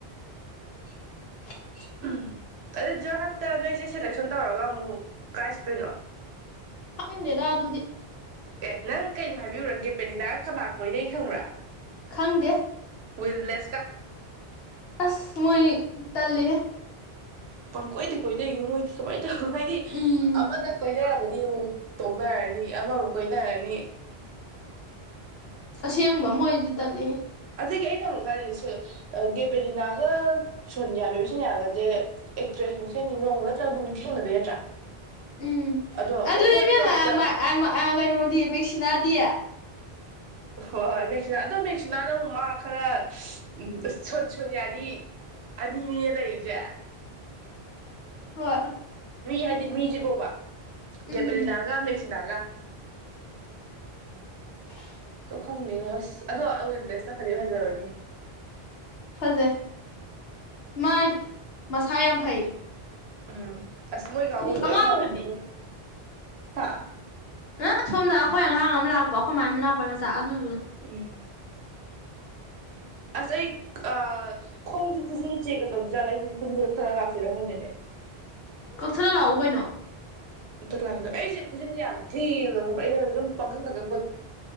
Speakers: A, on the left (about 70°); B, on the right (about 80°).
A: <inaudible>
B: <unintelligible> ꯅꯣꯏꯁꯦ ꯁꯦꯂꯦꯛꯁꯟ ꯇꯧꯔꯒ ꯑꯃꯨꯛ ꯀꯥꯏ ꯆꯠꯇꯣꯏꯅꯣ
A: ꯍꯪꯗꯦꯗ ꯑꯗꯨꯗꯤ
B: ꯑꯦ ꯅꯪ ꯀꯩꯅꯣ ꯍꯥꯏꯕꯤꯌꯨꯨꯔꯥ ꯒꯦꯄꯦꯂꯤꯅꯥꯒ ꯀꯅꯥ ꯀꯣꯏꯅꯩ ꯈꯪꯕ꯭ꯔꯥ
A: ꯈꯪꯗꯦ
B: ꯋꯤꯜꯕ꯭ꯂꯦꯁꯀ
A: ꯑꯁ ꯃꯣꯏ ꯇꯜꯂꯤꯍꯦ
B: ꯄꯪꯀꯣꯏꯗꯤ ꯀꯣꯏꯅꯩꯉꯣ ꯃꯣꯏꯗꯤ ꯀꯃꯥꯏ ꯍꯥꯏꯗꯤ
A: ꯎꯝ
B: ꯑꯃꯅ ꯀꯣꯏꯅꯔꯃꯅꯤ ꯑꯃꯨꯛ ꯇꯣꯛꯅꯔꯅꯤ ꯑꯃꯃꯨꯛ ꯀꯣꯏꯅꯔꯅꯤ
A: ꯑꯁꯦꯡꯕ ꯃꯣꯏꯗꯤ ꯇꯜꯂꯤꯍꯦ
B: ꯑꯗꯒꯤ ꯑꯩꯅ ꯑꯃꯨꯛ ꯈꯜꯂꯤ ꯁꯣꯏ ꯑ ꯒꯦꯄꯦꯂꯤꯅꯥꯒ ꯁꯣꯅꯤꯌꯥ ꯕꯦꯕꯤꯁꯣꯅꯤꯌꯥꯒꯖꯦ ꯑꯦꯛꯇ꯭ꯔꯦꯁ ꯃꯁꯦꯅꯤ ꯅꯣꯡꯃ ꯅꯠꯇ꯭ꯔꯒ ꯅꯣꯡꯗꯤ ꯊꯦꯡꯅꯗꯣꯏ ꯅꯠꯇ꯭ꯔꯥ
A: ꯎꯝ
B: ꯑꯗꯣ
A: ꯑꯗꯨ
B: ꯑꯣꯀꯋꯥꯔꯗ
A: ꯏꯕꯦꯝꯃ
B: ꯀꯞꯇ
A: ꯑ ꯃ ꯑ ꯃ ꯑ ꯀꯩꯅꯣꯗꯤ ꯃꯦꯛꯁꯤꯅꯥꯗꯤ
B: ꯍꯣꯏ ꯍꯣꯏ ꯃꯦꯛꯁꯤꯅꯥ ꯑꯗꯣ ꯃꯦꯛꯁꯤꯅꯥꯅ ꯑꯃꯨꯛ ꯃꯥ ꯈꯔ ꯎꯝ ꯁꯣ ꯁꯣꯅꯤꯌꯥꯗꯤ ꯑꯅꯤꯅꯤꯅꯦ ꯂꯩꯔꯤꯖꯦ
A: ꯍꯣꯏ
B: ꯃꯤ ꯍꯥꯏꯗꯤ ꯃꯤꯖꯤꯕꯣꯕ
A: ꯎꯝ
B: ꯒꯦꯄꯦꯂꯤꯅꯥꯒ ꯃꯦꯛꯁꯤꯅꯥꯒ
A: <inaudible>
B: ꯇꯣ ꯈꯪꯗꯦꯉꯣ ꯑꯁ ꯑꯗꯣ ꯋꯤꯜꯕ꯭ꯂꯦꯁꯇꯣ ꯐꯗꯤ ꯐꯖꯕꯅꯤꯍꯦ
A: ꯐꯖꯩ ꯃꯥꯏ ꯃꯁꯥ ꯌꯥꯝ ꯐꯩ
B: ꯎꯝ ꯑꯁ ꯃꯣꯏ
A: ꯍꯥꯏꯗꯤ
B: ꯀꯥꯡꯕꯨ ꯂꯣꯏ
A: ꯑꯉꯥꯡꯗꯨꯗꯤ
B: ꯐꯕꯅꯦ ꯃꯣꯏ ꯍꯥ
A: ꯑꯥ ꯁꯣꯝꯗ ꯑꯩꯈꯣꯏ ꯑꯉꯥꯡ ꯑꯃ ꯂꯥꯛꯄ ꯑꯩꯈꯣꯏ ꯃꯥꯏ ꯃꯅꯥꯎꯄꯥꯏ ꯃꯆꯥ ꯑꯗꯨꯗꯨ
B: ꯎꯝ ꯑꯁ ꯑꯩ ꯑ ꯈꯣꯡꯖꯨ ꯈꯨꯖꯤꯜ ꯆꯦꯛꯀ ꯇꯧ ꯖꯥꯠꯂꯒ ꯑꯩꯁꯨ ꯈꯨꯖꯤꯜ ꯀꯛꯊꯠꯂ ꯂꯥꯛꯁꯤꯔ ꯈꯪꯗꯦꯅꯦ
A: ꯀꯛꯊꯠꯂ ꯂꯥꯛꯎ ꯀꯩꯅꯣ
B: ꯑꯝꯇ ꯂꯥꯛꯀꯦ ꯗꯣ ꯑꯩꯖꯦ ꯈꯨꯖꯤꯟꯁꯦ ꯌꯥꯝ ꯊꯤꯌꯦꯕ ꯈꯪꯕꯔ ꯑꯩꯅ ꯑꯗꯨꯝ ꯄꯪꯀꯛꯇ ꯀꯛ